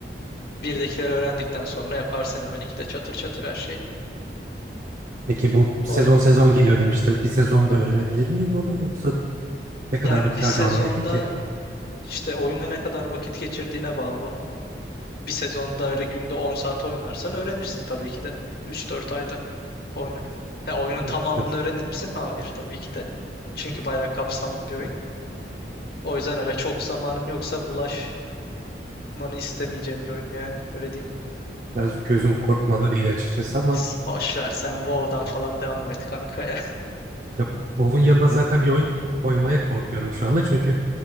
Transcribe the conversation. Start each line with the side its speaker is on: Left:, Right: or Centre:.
Left: Birdekileri öğrendikten sonra yaparsın hemen iki de çatır çatır her şeyi.
Right: Peki bu sezon
Left: O,
Right: sezon geliyor demiştim. Bir sezonda öğrenebilir miyim onu yoksa ne kadar
Left: yani
Right: vakit
Left: bir sezonda
Right: harcamam gerekir ki?
Left: işte oyuna ne kadar vakit geçirdiğine bağlı o. Bir sezonda öyle günde 10 saat oynarsan öğrenirsin tabii ki de. üç dört ayda oyunu. He, oyunun tamamını
Right: Evet tabii.
Left: öğrenir misin? Hayır tabii ki de. Çünkü bayağı kapsamlı bir oyun. O yüzden öyle çok zamanın yoksa bulaşmanı istemeyeceğim bir oyun yani. Öyle diyeyim.
Right: Biraz gözüm korkmadı değil açıkçası ama
Left: S- Boş ver sen WoW'dan falan devam et kanka ya.
Right: ya WoW'un yanına zaten bir oyun koymaya korkuyorum şu anda çünkü